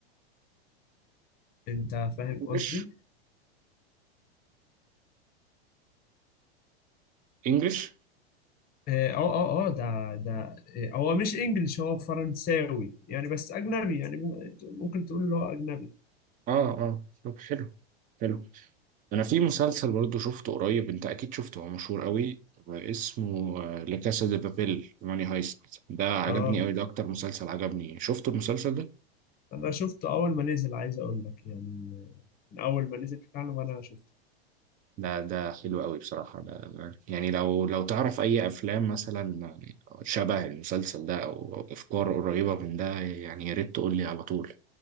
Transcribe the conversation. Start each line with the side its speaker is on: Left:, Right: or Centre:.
Left: انت فاهم
Right: إنجلش؟
Left: قصدي
Right: إنجلش؟
Left: اه اه اه آه، ده ده آه، هو مش انجلش هو فرنساوي يعني بس اجنبي يعني مم- ممكن تقول اللي هو اجنبي
Right: آه آه طب حلو حلو انا في مسلسل برضه شفته قريب انت اكيد شفته هو مشهور قوي اسمه آه، لا كاسا دي بابيل ماني هايست ده عجبني
Left: اه
Right: قوي ده اكتر مسلسل عجبني شفت المسلسل ده
Left: انا شفته اول ما نزل عايز اقول لك يعني آه، من اول ما نزل فعلا وانا شفته
Right: ده ده حلو قوي بصراحة ده ده- يعني لو لو تعرف اي افلام مثلا شبه المسلسل ده او افكار قريبة من ده يعني يا ريت تقول لي على طول